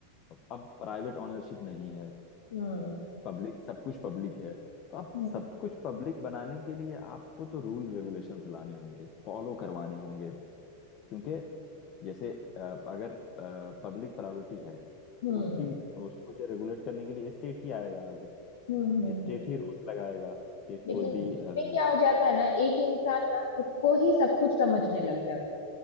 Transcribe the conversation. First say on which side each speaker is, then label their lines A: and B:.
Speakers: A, on the left; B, on the left.
A: अब प्राइवेट ओनरशिप नहीं है
B: हम्म
A: पब्लिक सब कुछ पब्लिक है तो अब
B: हम्म
A: सब कुछ पब्लिक बनाने के लिए आपको तो रूल रेगुलेशंस लाने होंगे फॉलो करवाने होंगे क्योंकि जैसे अ, अगर पब्लिक प्रायोरिटी है
B: हम्म
A: तो उसकी
B: हम्म
A: उसको जो रेगुलेट करने के लिए स्टेट ही आएगा आगे
B: हम्म हम्म,
A: स्टेट
B: हम्म।
A: ही रूल लगाएगा कि
B: लेकिन
A: कोई भी
B: इसमें
A: अ,
B: क्या
A: जो-
B: हो जाता है ना एक इंसान ना खुद को ही सब कुछ समझने लग जाता है